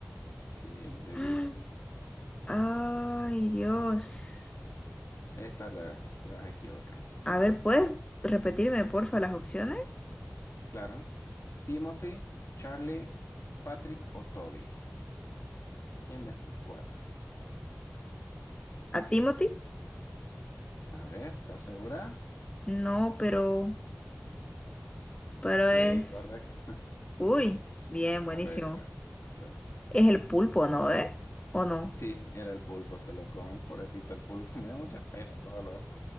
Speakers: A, on the left (about 70°); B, on the left (about 20°).
A: Sí, The
B: ¡Ah!
A: Deep.
B: Ay, Dios.
A: Esta la, te vas a equivocar,
B: A
A: yo
B: ver,
A: sé.
B: ¿puedes repetirme, porfa, las opciones?
A: Claro. Timothy, Charlie, Patrick o Toby. ¿Quién de estos cuatro?
B: ¿A Timothy?
A: A ver, ¿estás segura?
B: No, pero, pero
A: Sí,
B: es...
A: correcto. <laughs>
B: Uy, bien,
A: Correcto,
B: buenísimo.
A: correcto.
B: Es el pulpo, ¿no? ¿Eh? ¿O no?
A: Sí, era el pulpo, se lo comen. Pobrecito el pulpo, <laughs> me da mucha pena todos los,